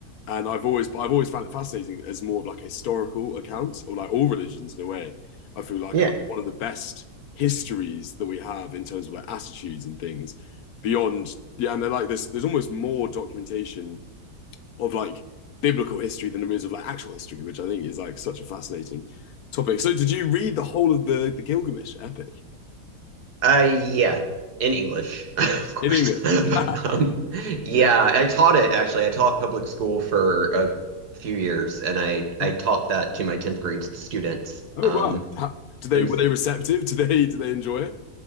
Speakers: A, on the left (about 65°); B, on the right (about 65°).
A: and I've always but I've always found it fascinating as more of like a historical account or like all religions in a way. I feel like
B: yeah.
A: are like one of the best histories that we have in terms of like attitudes and things beyond. Yeah, and they're like this. there's almost more documentation of like biblical history than there is of like actual history, which I think is like such a fascinating topic. So did you read the whole of the the Gilgamesh epic
B: Uh yeah. In English, <laughs> of course.
A: in English?
B: <laughs> But,
A: <laughs>
B: um, yeah,
A: Yeah.
B: I taught it actually. I taught public school for a few years and I
A: Wow.
B: I taught that to my 10th grade students.
A: Oh
B: Um
A: wow. How, do they
B: it was
A: were they receptive? Do they do they enjoy it?